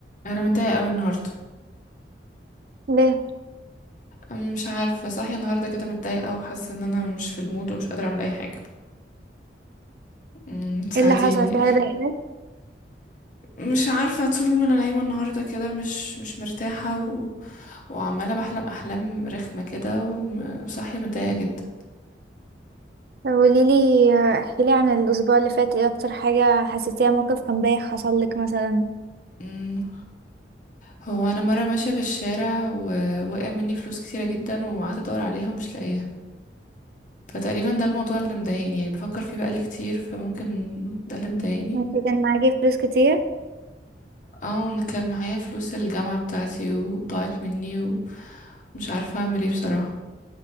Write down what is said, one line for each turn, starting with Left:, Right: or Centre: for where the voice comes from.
Left: انا متضايقه قوي النهارده
Right: ليه
Left: أم، مش عارفه صاحيه النهارده كده متضايقه وحاسه ان انا مش في المود ومش قادره اعمل اي حاجه أم، ساعديني
Right: ايه اللي حصل في حاجة ضايقتك
Left: مش عارفه طول ما انا نايمه النهارده كده مش مش مرتاحه و... وعماله بحلم احلام رخمه كده وم- وصاحيه متضايقه جدا
Right: قولي لي احكي لي عن الاسبوع اللي فات ايه اكتر حاجة حسيتيها موقف كان بايخ حصل لك مثلا
Left: أم، هو انا مره ماشيه في الشارع ووقع مني فلوس كتيره جدا وقعدت ادور عليها ومش لاقيها فتقريبا ده الموضوع اللي مضايقني يعني بفكر فيه بقالي كتير فممكن ده اللي مضايقني
Right: انت كان معاكي فلوس كتير
Left: اه انا كان معايا فلوس الجامعة بتاعتي وضاعت مني ومش عارفة اعمل ايه بصراحة